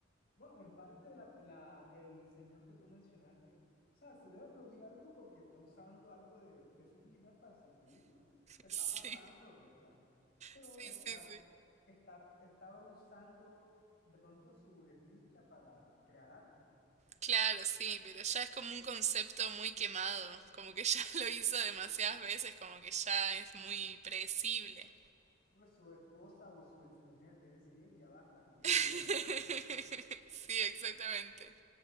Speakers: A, on the left; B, on the right.
A: Bueno, en parte la, la- el señor que tú mencionaste, o sea, se debe aplaudir algo porque está usando algo de, de su vida para hacer películas. Se está
B: Sí,
A: pasando, es verdad, pero
B: sí,
A: estás,
B: sí, sí.
A: está, estaba usando de pronto su desdicha para crear arte,
B: Claro, sí,
A: ¿no?
B: pero ya es como un concepto muy quemado, como que ya <laughs> lo hizo demasiadas veces, como que ya es muy predecible.
A: Pues su esposa o su exmujer debe decir, ella basta, no voy
B: <laughs>
A: a regresar contigo.
B: Sí, exactamente.